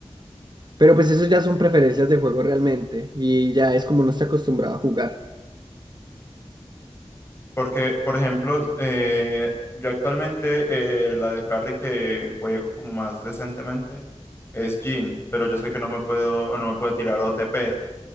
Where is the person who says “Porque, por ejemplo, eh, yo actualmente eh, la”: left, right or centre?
Left